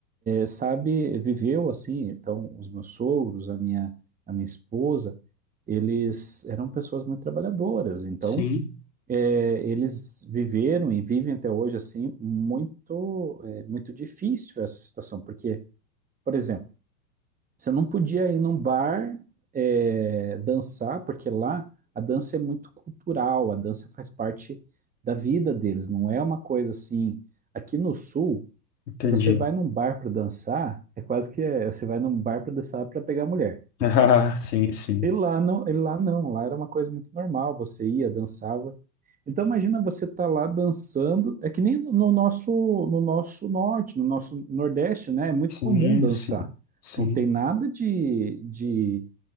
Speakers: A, on the right (about 15°); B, on the left (about 80°).
A: sabe, viveu assim, então os meus sogros, a minha, a minha esposa, eles eram pessoas muito trabalhadoras, então
B: Sim.
A: é, eles viveram e vivem até hoje assim muito, é, muito difícil essa situação, porque, por exemplo, você não podia ir num bar é, dançar, porque lá a dança é muito cultural, a dança faz parte da vida deles, não é uma coisa assim. Aqui no Sul,
B: Entendi.
A: se você vai
B: <laughs>
A: num bar para dançar, é quase que é, você vai num bar para dançar para pegar mulher.
B: Ah, sim, sim.
A: E lá não, e lá não, lá era uma coisa muito normal, você ia, dançava. Então imagina você estar lá dançando, é que nem no no nosso no nosso norte, no nosso nordeste, né? É muito
B: Sim,
A: comum dançar.
B: sim, sim,
A: Não tem nada de, de,